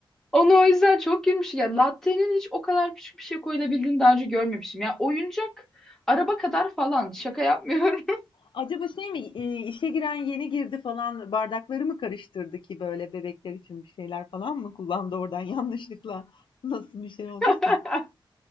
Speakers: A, in the centre; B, on the left.
A: Onu o yüzden çok gülmüş. Ya latte'nin hiç o kadar küçük bir şey koyulabildiğini daha önce görmemişim. Ya oyuncak araba kadar falan. Şaka yapmıyorum.
B: Acaba şey mi e, işe giren yeni girdi falan bardakları mı karıştırdı ki böyle bebekler için bir şeyler falan mı kullandı oradan <laughs> yanlışlıkla nasıl bir şey olduysa.
A: <laughs>